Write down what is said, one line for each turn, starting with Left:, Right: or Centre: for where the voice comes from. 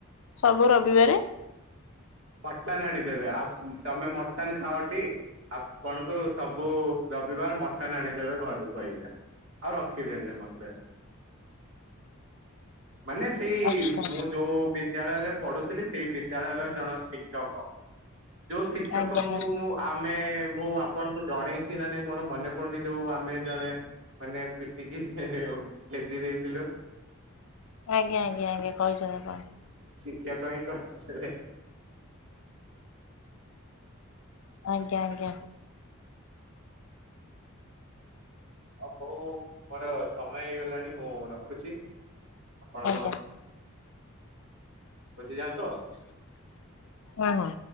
Left: ସବୁ ରବିବାରେ।
Right: ମଟନ ଆଣିଦେବେ ଆ ତମେ ମଟନ ଖାଅଟି ଆପଣଙ୍କୁ ସବୁ ରବିବାର ମଟନ୍ ଆଣିଦେବେ ଘରକୁ ଏଇଆ ଆଉ ରଖିବେନି ମତେ।
Left: <inaudible>
Right: ମାନେ ସେଇ
Left: ଆଚ୍ଛା
Right: ମୁଁ ଯୋଉ ବିଦ୍ୟାଳୟରେ ପଢୁଥିଲି ସେଇ ବିଦ୍ୟାଳୟର ଜଣ ଶିକ୍ଷକ, ଯୋଉ ଶିକ୍ଷକଙ୍କୁ
Left: ଆଜ୍ଞା ଆଜ୍ଞା
Right: ମୁଁ ଆମେ ମୁଁ ଆପଣଙ୍କୁ ଜଣେଇଛି ନା ନାଇଁ ମୋର ମନେ ପଡୁନି ଯୋଉ ଆମେ ଜଣେ ମାନେ ପିଟିକି <unintelligible> ଦେଇଥିଲୁ।
Left: ଆଜ୍ଞା ଆଜ୍ଞା ଆଜ୍ଞା, କହିଛନ୍ତି ଆପଣ।
Right: <unintelligible> କହି <unintelligible>
Left: ଆଜ୍ଞା ଆଜ୍ଞା।
Right: ଆଉ ହଉ ମୋର ସମୟ ହେଇଗଲାଣି ମୁଁ ରଖୁଛି। ଆପଣ
Left: ଆଜ୍ଞା
Right: ବୁଝିଯାଆନ୍ତୁ ଆଉ।
Left: ହଁ ହଁ।